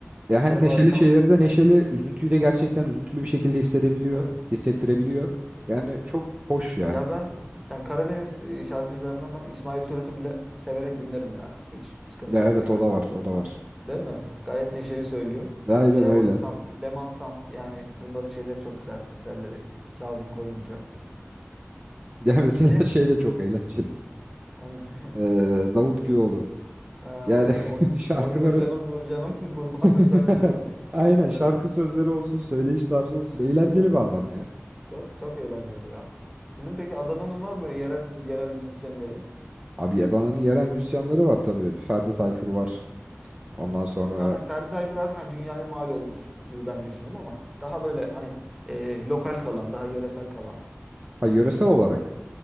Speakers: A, on the right; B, in the centre.
A: Ya
B: Şevval
A: hem neşeli
B: Sam.
A: şeyleri de neşeli, üzüntüyü de gerçekten
B: Hı hı.
A: üzüntülü bir şekilde hissedebiliyor,
B: Evet.
A: hissettirebiliyor. Yani çok hoş ya.
B: Ya ben yani Karadeniz e, şarkıcılarından ben İsmail Türüt'ü bile severek dinlerim yani. Hiç sıkıntı
A: Ya
B: yok
A: evet
B: yani.
A: o da var, o da var.
B: Değil mi? Gayet neşeli söylüyor.
A: Aynen
B: Şevval
A: öyle.
B: Sam, Leman Sam yani bunların şeyleri çok güzel eserleri. Kazım Koyuncu.
A: Ya mesela
B: Bir de
A: <laughs> şey de çok eğlenceli.
B: hangisi? <laughs>
A: Ee, Davut Güloğlu.
B: Ha,
A: Yani
B: oy,
A: <laughs> şarkıları
B: oy Nurcanım Nurcanım <laughs> kurbandır
A: <laughs>
B: sana canım diyor.
A: aynen
B: Evet.
A: şarkı sözleri olsun, söyleyiş tarzı olsun. Eğlenceli
B: Evet.
A: bir adam
B: Evet.
A: ya.
B: Çok çok eğlenceli ya. Sizin peki Adana'nın var mı böyle yerel yerel müzisyenleri?
A: Abi Adana'nın yerel müzisyenleri var tabii. Ferdi Tayfur var.
B: Aha.
A: Ondan sonra
B: Yok hani Ferdi Tayfur artık hani dünyaya mal olmuş gibi ben düşündüm ama daha böyle hani e, lokal kalan, daha yöresel kalan.
A: ha, yöresel olarak.